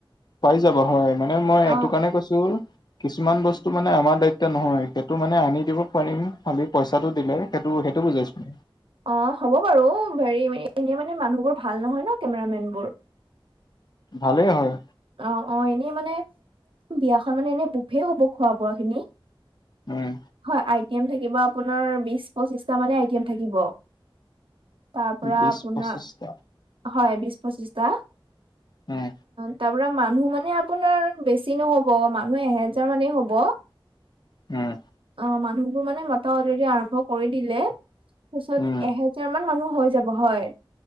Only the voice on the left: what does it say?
পাই যাবা হয়, মানে মই
এটো কাৰণে কৈছো কিছুমান বস্তু মানে আমাৰ দায়িত্ব নহয়, সেটো মানে আনি দিব পাৰিম, খালি পইচাটো দিলে সেটো সেটো বুজাইছো ওম
ভালেই হয়।
উম
বিশ
পঁচিছটা
উম।
উম
উম